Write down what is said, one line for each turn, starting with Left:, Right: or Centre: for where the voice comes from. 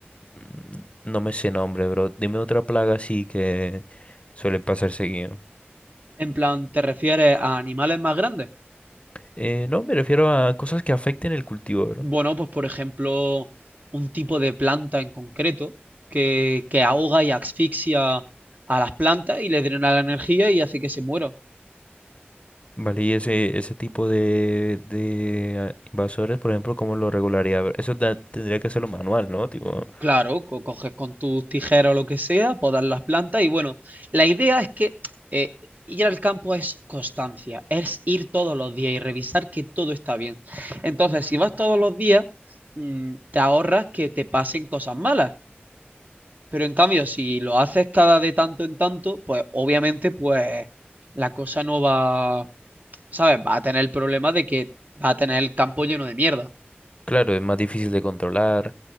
Left: mm, no me sé nombre, bro. Dime otra plaga así que suele pasar seguido.
Right: En plan, ¿te refieres a animales más grandes?
Left: Eh, no, me refiero a cosas que afecten el cultivo, bro.
Right: Bueno, pues por ejemplo, un tipo de planta en concreto que, que ahoga y asfixia a las plantas y les drena la energía y hace que se mueran.
Left: Vale, y ese, ese tipo de, de ah, invasores, por ejemplo, ¿cómo lo regularía? Eso ta- tendría que hacerlo manual, ¿no? Tipo...
Right: Claro, co- coges con tus tijeras o lo que sea, podas las plantas y bueno, la idea es que eh, ir al campo es constancia, es ir todos los días y revisar que todo está bien. Entonces, si vas todos los días, mm, te ahorras que te pasen cosas malas, pero en cambio, si lo haces cada de tanto en tanto, pues obviamente pues la cosa no va, ¿sabes? Va a tener el problema de que va a tener el campo lleno de mierda.
Left: Claro, es más difícil de controlar